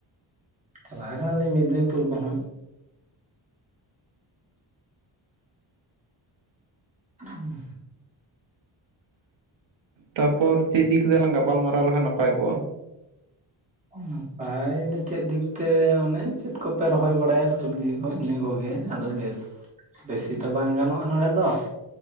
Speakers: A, on the right; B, on the right.
A: ᱪᱟᱞᱟ ᱟᱠᱟᱱᱟᱞᱤᱧ ᱢᱮᱫᱽᱱᱤᱯᱩᱨ ᱠᱚᱦᱚᱸ᱾ <inaudible>
B: ᱛᱟᱯᱚᱨ ᱪᱮᱫ ᱤᱫᱤ ᱠᱟᱛᱮ ᱞᱟᱝ ᱜᱟᱯᱟᱞᱢᱟᱨᱟᱣ ᱞᱮᱠᱷᱟᱱ ᱱᱟᱯᱟᱭ ᱠᱚᱜᱼᱟ?
A: ᱱᱟᱯᱟᱭ ᱫᱮ ᱪᱮᱫ ᱫᱤᱠᱛᱮ ᱚᱱᱮ ᱪᱮᱫ ᱠᱚᱯᱮ ᱨᱚᱦᱚᱭ ᱵᱟᱲᱟᱭᱟ ᱥᱚᱵᱽᱡᱤ᱾ ᱦᱳᱭ ᱤᱱᱟᱹ ᱠᱚᱜᱮ ᱟᱫᱚ ᱵᱮᱥ ᱵᱮᱥᱤ ᱫᱚ ᱵᱟᱝ ᱜᱟᱱᱚᱜᱼᱟ ᱱᱚᱰᱮ ᱫᱚ᱾